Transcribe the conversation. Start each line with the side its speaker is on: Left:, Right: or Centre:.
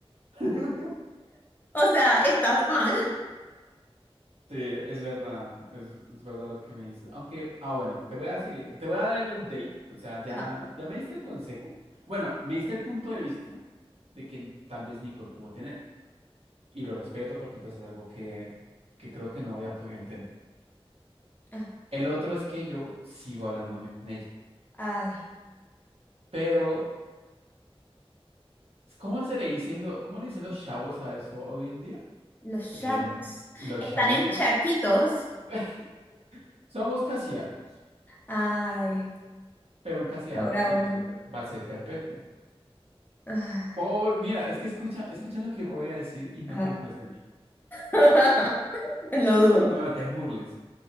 Right: <laughs>
Left: O sea, estás mal.
Right: Sí, es verdad, es, es verdad lo que me dices. Aunque, ah, bueno, te voy a seguir, te voy a dar el update, o sea, ya,
Left: Ajá.
Right: ya me diste el consejo. Bueno, me diste el punto de vista de que tal vez Nicole pudo tener, y lo respeto porque pues es algo que, que creo que no había podido entender.
Left: Ah,
Right: El otro es que yo sigo hablándome con ella,
Left: Ay,
Right: pero ¿cómo se le dicen lo, cómo le dicen los chavos a eso hoy en día?
Left: los
Right: Em,
Left: chavos.
Right: los
Left: Están
Right: chavitos.
Left: en charquitos.
Right: <laughs> Somos casi algo,
Left: Ay,
Right: pero un casi
Left: y
Right: algo
Left: ahora
Right: que
Left: un...
Right: yo siento va a ser perpetuo.
Left: ah,
Right: Por, mira, es que escucha, escucha lo que voy a decir y no
Left: ajá.
Right: te burles de mí.
Left: <laughs> Lo
Right: <laughs>
Left: dudo.
Right: No te burles.